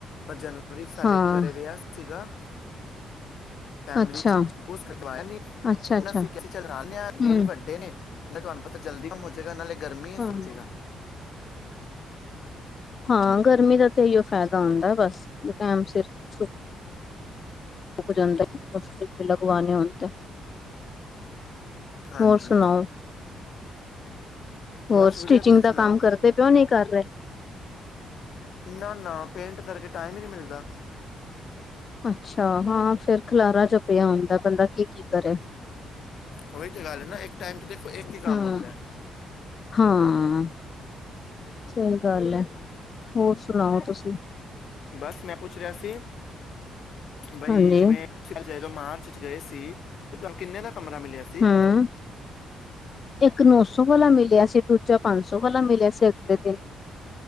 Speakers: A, on the left; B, on the left.
A: ਪਰ ਜਨਵਰੀ ਚ ਸਾਡੇ
B: ਹਾਂ
A: ਘਰੇ ਵਿਆਹ ਸੀਗਾ। ਫੈਮਿਲੀ
B: ਅੱਛਾ
A: ਚ ਉਸ ਕਰ ਕਰਵਾਆ ਨੀ।
B: ਅੱਛਾ ਅੱਛਾ
A: ਸੀ ਚੱਲ <inaudible> ਦਿਨ
B: ਹਮ
A: ਵੱਡੇ ਨੇ। ਨਾਲੇ ਤੁਹਾਨੂੰ ਪਤਾ ਜਲਦੀ ਕਮ ਹੋਜੇਗਾ। ਨਾਲੇ ਗਰਮੀ ਏ
B: ਹਮ
A: ਸੁੱਕਜੇਗਾ।
B: ਹਾਂ, ਗਰਮੀ ਦਾ ਤੇ ਇਹੀਓ ਫਾਇਦਾ ਹੁੰਦਾ ਬਸ। ਟਐਮ ਸਿਰ ਸੌ ਰੁਕ ਜਾਂਦਾ ਲਗਵਾਨੇ ਹੋਣ ਤਾਂ <unintelligible>
A: ਹਾਂਜੀ
B: ਹੋਰ ਸੁਣਾਓ? ਹੋਰ
A: ਬਸ
B: ਸਟਿਚਿੰਗ
A: ਵਧੀਆ ਤੁਸੀਂ ਸੁਣਾਓ
B: ਦਾ ਕੰਮ ਕਰਦੇ ਪਿਉ ਨਹੀ ਕਰ ਰਹੇ?
A: ਰਹੇ ਨਾ ਨਾ ਪੇਂਟ ਕਰਕੇ ਟਾਈਮ ਹੀ ਨਹੀ ਮਿਲਦਾ।
B: ਅੱਛਾ! ਹਾਂ, ਫੇਰ ਖਿਲਾਰਾ ਜ ਪਿਆ ਹੁੰਦਾ। ਬੰਦਾ ਕੀ-ਕੀ ਕਰੇ।
A: ਉਹੀ ਤਾਂ ਗੱਲ ਹੈ ਨਾ ਇੱਕ ਟਾਈਮ ਤੇ ਦੇਖੋ ਇੱਕ ਹੀ ਕੰਮ
B: ਹਮ,
A: ਹੁੰਦਾ ਹੈ।
B: ਹਾਂ। ਸਹੀ ਗੱਲ ਹੈ। ਹੋਰ ਸੁਣਾਓ ਤੁਸੀਂ?
A: ਬਸ ਮੈਂ ਪੁੱਛ ਰਿਹਾ ਸੀ। ਬਾਈ
B: ਹਾਂਜੀ
A: ਜਿਵੇਂ ਜਦੋਂ ਮਾਰਚ ਚ ਗਏ ਸੀ। ਤੁਹਾਨੂੰ ਕਿੰਨੇ ਦਾ ਕਮਰਾ ਮਿਲਿਆ ਸੀ
B: ਹਮ। ਇੱਕ ਨੌ ਸੌ ਵਾਲਾ ਮਿਲ ਮਿਲਿਆ ਸੀ ਦੂਜਾ ਪੰਜ ਸੌ ਵਾਲਾ ਮਿਲਿਆ ਸੀ ਅਗਲੇ ਦਿਨ।